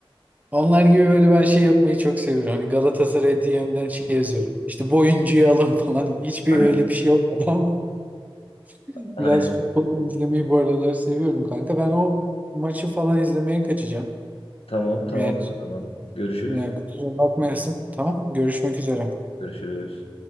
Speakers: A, on the right; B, on the left.
A: Onlar gibi böyle ben şey yapmayı çok seviyorum. Hani Galatasaray DM'den şey yazıyorum. İşte bu oyuncuyu alın falan. Hiçbir
B: <laughs>
A: öyle bir şey olmadı ama <laughs>
B: Aynen.
A: biraz futbol izlemeyi bu aralar seviyorum kanka. Ben o maçı falan izlemeye kaçacağım.
B: Tamam tamam
A: Yani,
B: o zaman. Görüşürüz.
A: yani kusura bakmayasın. Tamam. Görüşmek üzere.
B: Görüşürüz.